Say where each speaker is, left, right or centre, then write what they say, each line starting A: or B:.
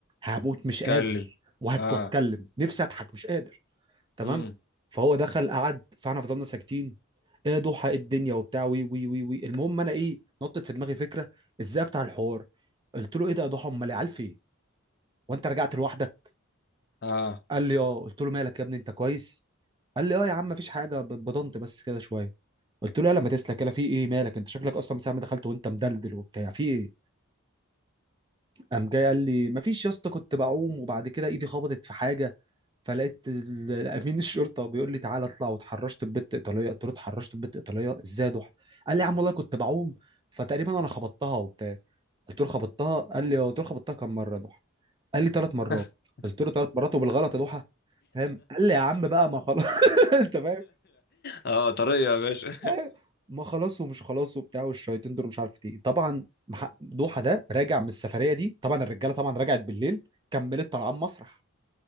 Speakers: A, on the right; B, on the left.
A: هموت مش
B: اتكلم
A: قادر وهك-
B: اه
A: وهتكلم نفسي اضحك مش قادر تمام
B: امم
A: فهو دخل قعد فاحنا فضلنا ساكتين ايه ضحى ايه الدنيا وبتاع وي وي وي وي المهم انا ايه نطت في دماغي فكره ازاي افتح الحوار قلت له ايه ده يا ضحى امال العيال فين وانت رجعت لوحدك
B: اه
A: قال لي اه قلت له مالك يا ابني انت كويس قال لي اه يا عم مفيش حاجه ب- بضنت بس كده شويه قلت له يلا ما تسلك يلا في ايه مالك انت شكلك اصلا من ساعه ما دخلت وانت مدلدل وبتاع في ايه قام جاي قال لي مفيش يا اسطى كنت بعوم وبعد كده ايدي خبطت في حاجه فلقيت ال- الامين الشرطه بيقول لي تعالى اطلع واتحرشت ببت ايطاليه قلت له اتحرشت ببت ايطاليه ازاي يا ضحى قال لي يا عم والله كنت بعوم فتقريبا انا خبطتها وبتاع قلت له خبطتها قال لي اه قلت له خبطتها كم مره يا ضحى قال لي ثلاث مرات
B: <laughs>
A: قلت له ثلاث مرات وبالغلط يا ضحى فاهم قال لي يا عم بقى ما خلاص <laughs> انت فاهم
B: اه طريقة يا باشا
A: أيوة. ما خلاص ومش خلاص وبتاع والشياطين دول مش عارف ايه طبعا مح- دوحه ده راجع من السفريه دي طبعا الرجاله طبعا رجعت بالليل كملت طالعه مسرح